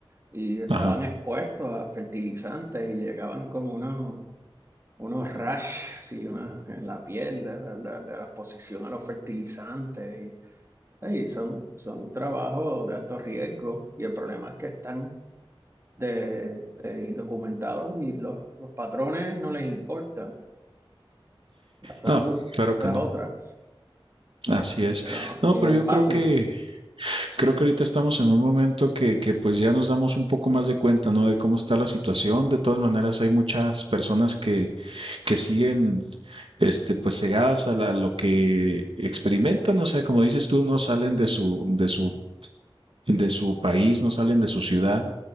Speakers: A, on the right; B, on the right.
A: y estaban
B: Ajá.
A: expuestos a fertilizantes y llegaban como unos, unos rash, sí una, en la piel de, de- de la exposición a los fertilizantes. Y, ay, son, son trabajos de alto riesgo y el problema es que están de, de indocumentados y los, los patrones no les importa la salud.
B: No, claro
A: Esa
B: que no.
A: es otra,
B: Así es.
A: pero
B: No,
A: y
B: pero
A: no es
B: yo
A: fácil.
B: creo que creo que ahorita estamos en un momento que que pues ya nos damos un poco más de cuenta, ¿no? De cómo está la situación. De todas maneras, hay muchas personas que que siguen este pues cegadas a, la- a lo que experimentan, o sea, como dices tú, no salen de su de su de su país, no salen de su ciudad